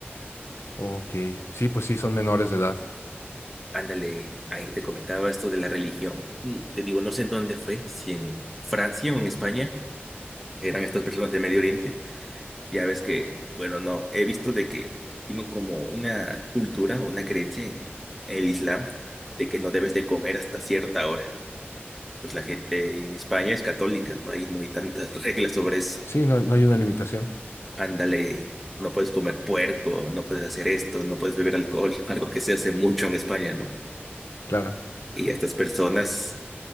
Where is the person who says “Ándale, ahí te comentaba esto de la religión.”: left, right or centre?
Centre